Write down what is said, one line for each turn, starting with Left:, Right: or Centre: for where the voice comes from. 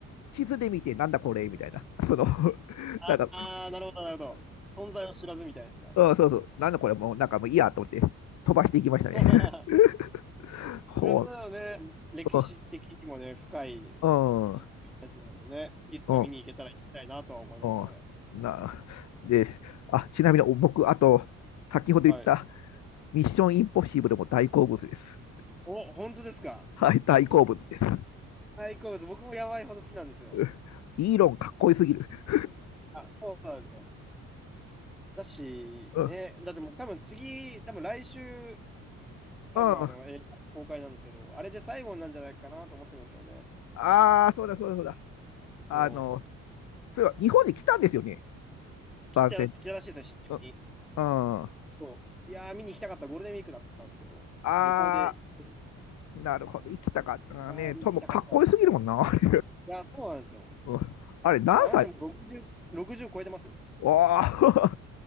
Left: 地図で見て、なんだこれみたいな。<laughs> その、<laughs>
Centre: ああー、
Left: なんか、
Centre: なるほど、なるほど。存在を知らずみたいな。
Left: うん、そうそう、なんだこれもう、なんかもういいやと思って、飛ばしていきましたね。
Centre: <laughs>
Left: <laughs> ほう、
Centre: いや、そうだよね。歴史的にもね、
Left: う
Centre: 深い位置なのでね、
Left: ん、うん、
Centre: いつか見に行けたら行きたいなとは思いますね。
Left: うん。うん、な、<laughs> で、あ、ちなみに僕、あと、先ほど言った
Centre: はい。
Left: ミッションインポッシブルも大好物です。
Centre: お、本当ですか。
Left: <laughs> はい、大好物です。<laughs>
Centre: 大好物、僕もやばいほど好きなんですよ。
Left: うんイーロンかっこよすぎる。<laughs>
Centre: あ、そうなんですよ。だし、
Left: うん。
Centre: ね、
Left: うん。
Centre: だってもう多分次、多分来週、多分あの映画公開なんですけど、
Left: あ
Centre: あれで最後になんじゃないかなと思ってるんですよね。
Left: あ、そうだそうだそうだ。あの、
Centre: そう、
Left: そういえば日本に来たんですよね、
Centre: 聞いたら、
Left: 番宣。
Centre: 聞いたらしいですね、新宿に。
Left: うん。うん、あ
Centre: そう。いやー、見に行きたかった、ゴールデンウィークだったんですけど、
Left: あ、
Centre: 旅行で行って、い
Left: なるほど、生きたかったなね。
Centre: やー、見に行きたかったんですね。
Left: ともかっこよすぎるもんな、<laughs> あれ。
Centre: いやー、そうなんですよ。
Left: うん、あれ何歳
Centre: あの人も60、60超えてますよ。
Left: わあ、